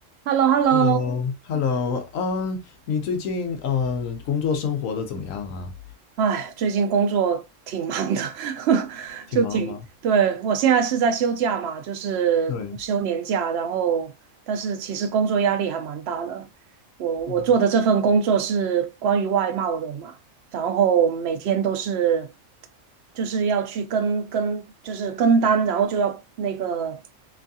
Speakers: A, on the right; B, on the left.
A: h e l l o h e l l
B: Hello，Hello，
A: o
B: 嗯，你最近嗯工作生活的怎么样啊？
A: 哎，最近工作挺忙的，<laughs>
B: 挺忙的吗？
A: 就挺，对，我现在是在休假嘛，就是休年假，
B: 对，
A: 然后但是其实工作压力还蛮大的。我我做的这份工作是关于外贸的嘛，
B: 哦
A: 然后每天都是就是要去跟跟就是跟单，然后就要那个